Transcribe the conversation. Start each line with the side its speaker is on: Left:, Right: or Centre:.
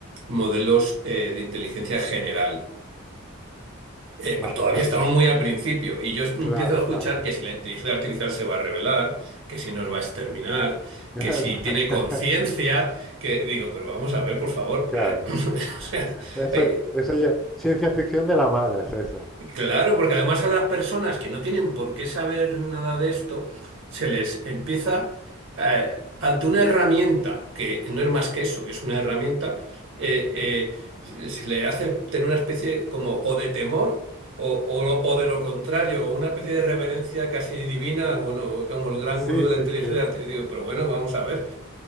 Right: modelos eh, de inteligencia general. Eh,
Centre: Vale,
Right: pero todavía
Centre: o sea,
Right: estamos
Centre: no.
Right: muy al principio y yo es- empiezo
Centre: Claro,
Right: a escuchar
Centre: claro.
Right: que si la inteligencia artificial se va a revelar, que si nos va a exterminar,
Centre: <laughs>
Right: que si tiene conciencia, que digo, pero vamos a ver, por favor.
Centre: Claro.
Right: eh, <clears throat> <laughs> o sea,
Centre: Eso,
Right: eh,
Centre: eso ya es ciencia ficción de la mala, es esa.
Right: Claro, porque además a las personas que no tienen por qué saber nada de esto, se les empieza, eh, ante una herramienta, que no es más que eso, que es una herramienta, eh, eh, se le hace tener una especie como o de temor o, o- o de lo contrario, una especie de reverencia casi divina, bueno, como el gran
Centre: Sí,
Right: gurú de
Centre: sí,
Right: la inteligencia,
Centre: sí.
Right: te digo, pero bueno, vamos a ver,